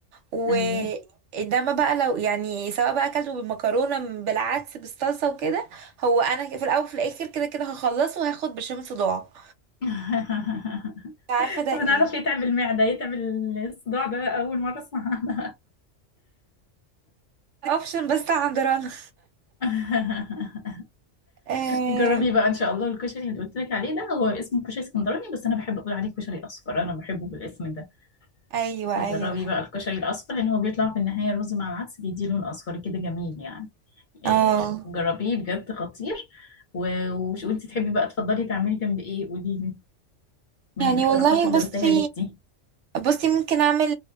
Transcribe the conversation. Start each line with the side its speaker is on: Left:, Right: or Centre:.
Right: وانما
Left: أيوة
Right: بقى لو يعني سواء بقى اكلته بالمكرونه م- بالعدس بالصلصه وكده هو انا في الاول وفي الاخر كده كده هخلصه وهاخد برشام صداع
Left: <laughs>
Right: مش عارفه ده
Left: طب
Right: ايه
Left: أنا أعرف يتعب المعدة يتعب الصداع ده أول مرة أسمع عنها
Right: اوبشن بس عند رنا
Left: <laughs>
Right: آه
Left: جربي بقى ان شاء الله الكشري اللي قلت لك عليه ده هو اسمه كشري اسكندراني بس انا بحب اقول عليه كشري اصفر انا بحبه بالاسم ده
Right: ايوه
Left: فجربي
Right: ايوه
Left: بقى الكشري الأصفر لأن هو بيطلع في النهاية رز مع العدس بيديه لون أصفر كده جميل يعني
Right: اه
Left: إيه، جربيه بجد خطير و... وش- وانت تحبي بقى تفضلي تعملي جنب ايه قوليلي من
Right: يعني
Left: الاقتراحات
Right: والله
Left: اللي
Right: بصي
Left: قلتها لك دي
Right: بصي ممكن اعمل